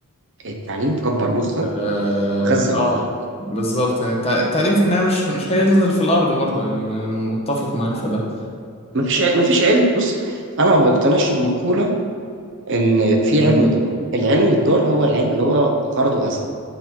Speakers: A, on the right; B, on the left.
A: التعليم كبر مخك
B: اه,
A: وغذى
B: آه
A: مخك
B: بالظبط يعني التع- التعليم في النهاية مش مش هينزل في الارض برضه يعني انا متفق معاك في ده
A: مفيش ع- مفيش علم بص انا ما بقتنعش بمقوله ان في
B: امم
A: علم دار العلم الدار هو العلم اللي هو غرضه اذى